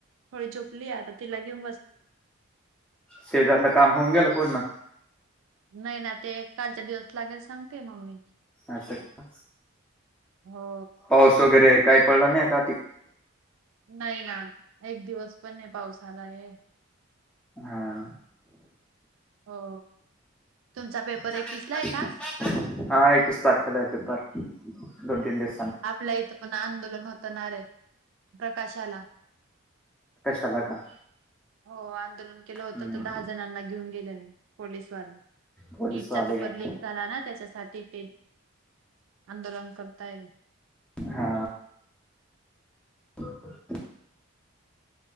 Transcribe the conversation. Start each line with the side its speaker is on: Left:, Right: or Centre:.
Right: थोडी झोपली आता तिला घेऊ
Centre: शजातलं काम होऊन गेला पूर्ण.
Right: नाही ना ते कालच्या दिवस लागेल सांगते मम्मी.
Centre: असचं.
Right: हो
Centre: पाऊस वगैरे काही पडला नाही का त
Right: नाही ना एक दिवस पण नाही पाऊस आलाय.
Centre: हं.
Right: हो तुमचा
Centre: <unintelligible>
Right: पेपर एकवीसला आहे का आपल्या इथं पण आंदोलन होतणार आहे प्रकाशाला.
Centre: अला का?
Right: हो आंदोलन केलं होतं
Centre: हम्म
Right: तर दहा जणांना घेऊन गेले पोलीसवाले.
Centre: पोलीस
Right: नीटचा
Centre: आले
Right: पेपर
Centre: का
Right: लीक झाला ना त्याच्यासाठी ते आंदोलन करताय.
Centre: हा. रिकामा ऑडिओ